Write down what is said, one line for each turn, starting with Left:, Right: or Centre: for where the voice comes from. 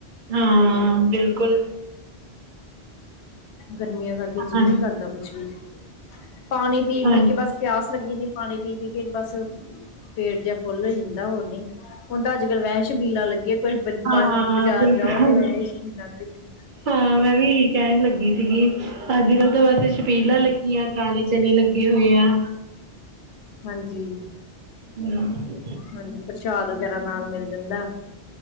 Right: ਹਾਂ ਬਿਲਕੁਲ।
Left: ਗਰਮੀਆਂ ਕਰਕੇ
Right: ਹਾਂਜੀ
Left: ਜੀਅ ਨਹੀਂ ਕਰਦਾ ਕੁਛ ਵੀ ਪਾਣੀ ਪੀ
Right: ਹਾਂਜੀ
Left: ਪੀ ਕੇ ਬਸ ਪਿਆਸ ਲੱਗੀ ਨੀ ਪਾਣੀ ਪੀ ਪੀ ਕੇ ਬਸ ਪੇਟ ਜਿਹਾ ਫੁੱਲ ਹੋਈ ਜਾਂਦਾ ਹੋਰ ਨੀ। ਹੁਣ ਤਾਂ ਅੱਜ ਕਲ ਵੈ ਸ਼ਬੀਲ ਲੱਗੀਆਂ ਕੋਈ ਬਾ
Right: ਹਾਂ
Left: ਬਾਜ਼ਾਰ
Right: ਬਿਲਕੁਲ
Left: ਜਾਓ ਤੇ ਵੈ ਹੀ ਸ਼ਬੀਲਾਂ ਲੱਗੀ।
Right: ਹਾਂ, ਮੈਂ ਵੀ ਇਹੀ ਕਹਿਣ ਲੱਗੀ ਸੀਗੀ ਅੱਜ ਕੱਲ੍ਹ ਤਾਂ ਵੈਸੇ ਛਪੀਲਾਂ
Left: ਹਾਂਜੀ
Right: ਲੱਗੀਆਂ। ਕਾਲੇ ਚਨੇ ਲੱਗੇ ਹੋਏ ਆ।
Left: ਹਾਂਜੀ।
Right: ਹਮ। <unintelligible>
Left: ਹਾਂਜੀ, ਪ੍ਰਸ਼ਾਦ ਵਗੈਰਾ ਨਾਲ ਮਿਲ ਜਾਂਦਾ